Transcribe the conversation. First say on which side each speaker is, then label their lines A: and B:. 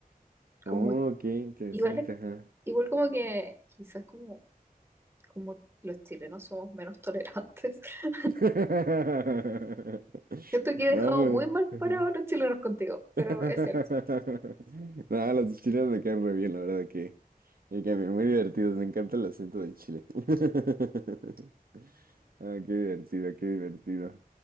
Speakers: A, on the right; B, on the right.
A: Oh,
B: Como
A: qué interesante,
B: igual, es-
A: ajá.
B: igual como que quizás como, como los chilenos somos menos tolerantes. <laughs>
A: <laughs>
B: Siento que he dejado
A: No, pues.
B: muy mal
A: <laughs>
B: parados a los chilenos contigo, pero
A: <laughs>
B: es cierto.
A: Nada, las de Chile me quedan re bien, la verdad que me quedan bien, muy divertidos, me encanta el acento de Chile. <laughs> Ah, qué divertido, qué divertido.